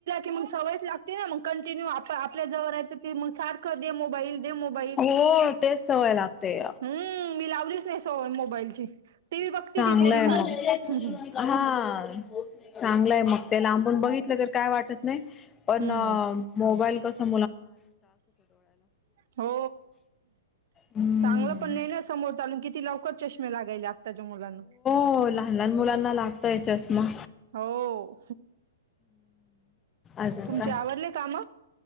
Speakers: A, on the right (about 65°); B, on the left (about 20°).
A: ती मग सवयच लागतीना मग कंटिन्यू आप आपल्या जवर यायचं ते मंग सारखं दे मोबाईल दे मोबाईल
B: हो तेच सवय लागते
A: हम्म् मी लावलीच नाई सवय मोबाईलची टीव्ही बघती ती.
B: गलाय
A: थोडीफार
B: मग
A: हम्म
B: हां चांगलाय मग ते लांबून बघितलं तर काय वाटत नई पण
A: हम्म
B: अ मोबाईल कसं
A: हो
B: हम्म
A: चांगलं पण नाही ना समोर चालून कि ती लवकर चष्मे लागायले आत्ताच्या मुलांना
B: हो लहान लहान मुलांना लागतय चष्मा्
A: हो
B: आज
A: तुमचे
B: का
A: आवरले काम